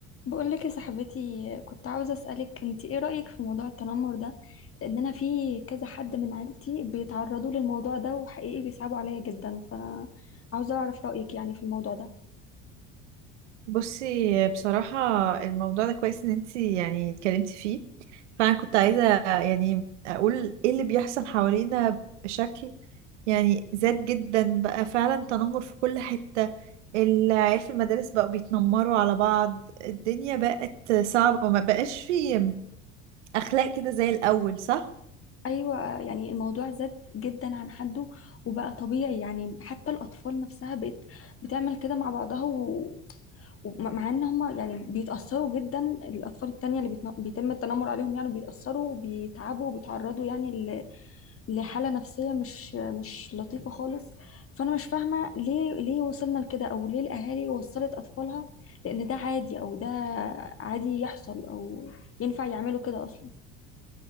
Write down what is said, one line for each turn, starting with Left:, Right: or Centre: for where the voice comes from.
Left: بقولك يا صاحبتي كنت عاوزة أسألك انت ايه رأيك في موضوع التنمر ده لأن أنا في كذا حد من عيلتي بيتعرضوا للموضوع ده وحقيقي بيصعبوا عليا جدا فأنا عاوزة أعرف رأيك يعني في الموضوع ده
Right: بصي بصراحة الموضوع ده كويس ان انتي يعني اتكلمتي فيه فانا كنت عايزة يعني اقول ايه اللي بيحصل حوالينا بشكل يعني زاد جدا بقى فعلا تنمر في كل حتة العيال في المدارس بقوا بيتنمروا على بعض الدنيا بقت صعبة ما بقاش في اخلاق كده زي الاول صح؟
Left: أيوة يعني الموضوع زاد جدا عن حده وبقى طبيعي يعني حتى الأطفال نفسها بقت بتعمل كده مع بعضها و... ومع ان هما يعني بيتأثروا جدا الأطفال التانية اللي بيتن... بيتم التنمر عليهم يعني بيتأثروا وبيتعبوا وبيتعرضوا يعني لحالة نفسية مش مش لطيفة خالص فأنا مش فاهمة ليه ليه وصلنا لكده أو ليه الأهالي وصلت أطفالها لأن ده عادي أو ده عادي يحصل أو ينفع يعملوا كده أصلا